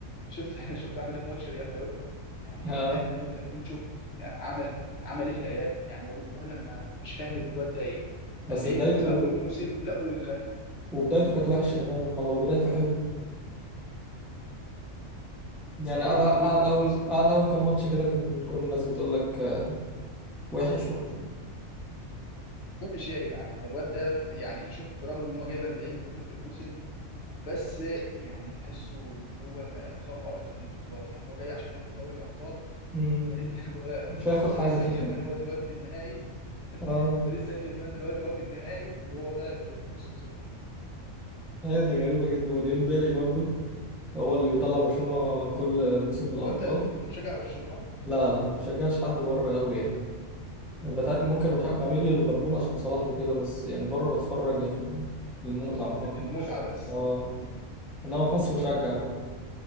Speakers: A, on the left; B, in the centre.
A: شفت <laughs> شفت عمل ايه في ماتش ريال مايوركا يعني
B: اه
A: في الدقيقه 88 شوف يعني عمل عمل ايه في العيال يعني والله العظيم انا ما مش فاهم الواد ده ايه
B: بس
A: 40
B: بدايته
A: جول في اول موسم لا والغ
B: وبدايته كانت وحشه
A: مم،
B: كمان امال لو بدايته حلوه يعني
A: هيجيب
B: قعد قعد
A: 100 جول في الموسم
B: اول قعد اول كام ماتش كده كان كل الناس بتقول لك آه، وحش وبتاع
A: مش ايه يا جدعان ده الواد ده بس يعني شوف برغم ان هو جايب 40 جول في الموسم بس يعني تحسه ان هو ما فقر في البطولات يعني هو جاي عشان ياخد دوري الابطال
B: مم،
A: باريس <laughs>
B: مش هياخد حاجه
A: باريس سان
B: <laughs> فيه
A: جيرمان هو دلوقتي في النهائي
B: اه
A: باريس سان جيرمان دلوقتي هو في النهائي وهو طالع بموسم صفري
B: هي دي غريبه جدا وديمبلي برضه هو اللي بيطلع برشلونه
A: اه
B: كل موسم من الابطال
A: هو انت انت مشجع برشلونه
B: لا لا ما بشجعش حد بره قوي يعني بتاع- ممكن بشع- بميل لليفربول عشان صلاح وكده بس يعني بره بتفرج يعني للمتعة ما
A: للمتعه
B: مش
A: بس
B: اه
A: مم.
B: انما في مصر بشجع بقى